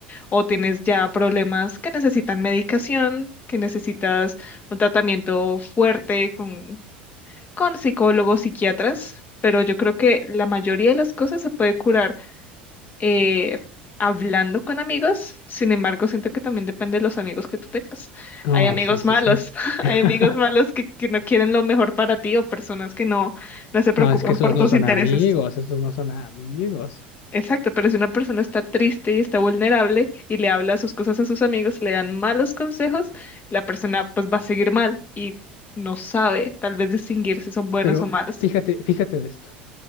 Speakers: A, on the left; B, on the left.
A: o tienes ya problemas que necesitan medicación, que necesitas un tratamiento fuerte con con psicólogos, psiquiatras, pero yo creo que la mayoría de las cosas se puede curar eh, hablando con amigos. Sin embargo, siento que también depende de los amigos que tú tengas.
B: Oh,
A: Hay amigos
B: sí, sí,
A: malos,
B: sí.
A: <laughs>
B: <laughs>
A: hay amigos malos que, que no quieren lo mejor para ti o personas que no, no se preocupan
B: No, es que esos
A: por
B: no
A: tus
B: son
A: intereses.
B: amigos, esos no son amigos.
A: Exacto, pero si una persona está triste y está vulnerable y le habla sus cosas a sus amigos, le dan malos consejos, la persona pues va a seguir mal y no sabe tal vez distinguir si son buenos
B: Pero
A: o malos.
B: fíjate, fíjate de esto.